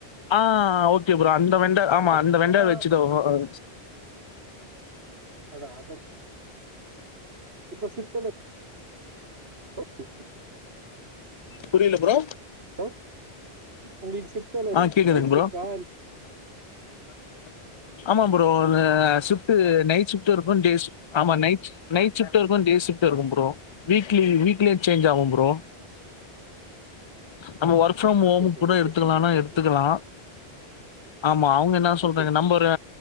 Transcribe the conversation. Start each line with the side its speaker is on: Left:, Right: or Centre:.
Left: ஆ ஓகே ப்ரோ அந்த வெண்டார் ஆமா
Right: ஆ,
Left: அந்த வெண்டர்
Right: ஏன்னா
Left: வச்சுதா அ ஆ <unintelligible>
Right: அதா அத இப்போ ஷிப்டுல்ப் <inaudible>
Left: புரியல ப்ரோ
Right: ஹலோ உங்களுக்கு ஷிப்ட்தா தெரியு
Left: ஆ கேக்குதுங்க
Right: நைட் ஷிப்ட்டா
Left: ப்ரோ <inaudible> ஆமா ப்ரோ ஆ ஷிப்ட்டு நைட் ஷிப்ட்டு இருக்கும் டேஸ் ஆமா நைட் நைட் ஷிப்ட்டு இருக்கு டேஷிப்ட்டு இருக்கு ப்ரோ வீக்லி வீக்லியு சேஞ்ச் ஆகு ப்ரோ
Right: <inaudible>
Left: நம்ம work from home
Right: okay okay
Left: கூட
Right: ரொட்டேஷனல்ல
Left: எடுத்துக்கலாம்னா
Right: ஓகே
Left: எடுத்துக்கலா
Right: ஓகே
Left: ஆமா அவங்க என்னா சொல்றங்க
Right: ஓகே
Left: நம்ம ஒரு